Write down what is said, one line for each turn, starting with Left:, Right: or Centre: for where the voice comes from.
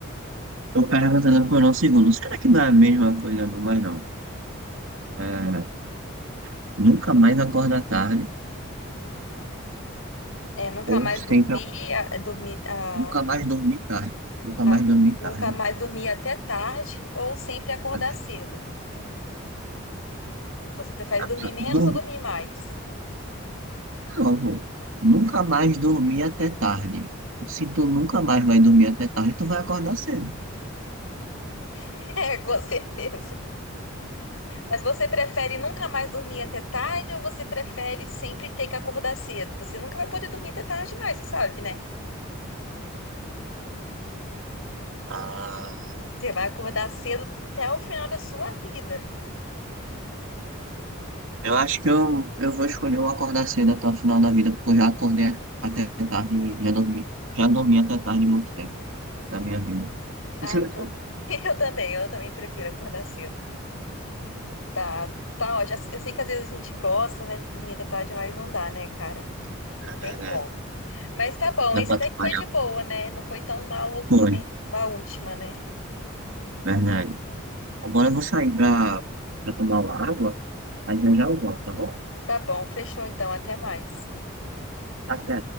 Right: Eu perguntando por um segundo. Será que não é a mesma coisa, não? Mas não. É, nunca mais acorda tarde
Left: É, nunca
Right: Ou
Left: mais dormir,
Right: sempre,
Left: a- dormir a,
Right: nunca mais dormir tarde. Nunca
Left: a-
Right: mais dormir
Left: nunca
Right: tarde.
Left: mais dormir até tarde ou sempre acordar
Right: Até
Left: cedo? Você prefere
Right: tarde.
Left: dormir menos
Right: Dormi,
Left: ou dormir mais?
Right: não, pô. Nunca mais dormir até tarde. Se tu nunca mais vai dormir até tarde, tu vai acordar cedo.
Left: <laughs> É, com certeza. Mas você prefere nunca mais dormir até tarde ou você prefere sempre ter que acordar cedo? Você nunca vai poder dormir até tarde mais, você sabe, né?
Right: Ah,
Left: Você vai acordar cedo até o final da sua vida.
Right: eu acho que eu, eu vou escolher o acordar cedo até o final da vida, porque eu já acordei até tarde e já dormi. Já dormi até tarde muito tempo da minha vida.
Left: Ah,
Right: <laughs>
Left: então <laughs> eu também, eu também prefiro acordar cedo. Tá, tá ótimo. Eu sei que às vezes a gente gosta, né, de dormir até tarde, mas não dá, né, cara?
Right: É
Left: Não tem
Right: verdade.
Left: como. Mas tá bom,
Right: Dá
Left: esse
Right: pra
Left: até
Right: trabalhar
Left: que foi de boa, né? Não foi tão maluco
Right: muito.
Left: que nem a última, né?
Right: Verdade. Agora eu vou sair pra, pra tomar uma água, aí já já eu volto, tá bom?
Left: Tá bom, fechou então, até mais.
Right: Até.